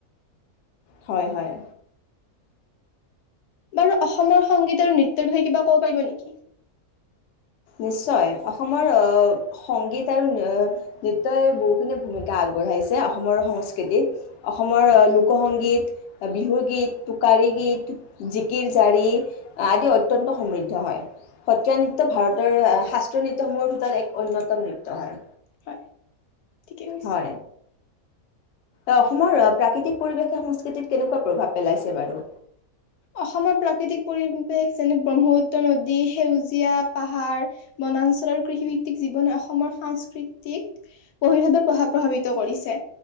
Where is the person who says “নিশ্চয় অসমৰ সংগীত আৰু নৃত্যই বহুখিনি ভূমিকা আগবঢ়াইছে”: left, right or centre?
Left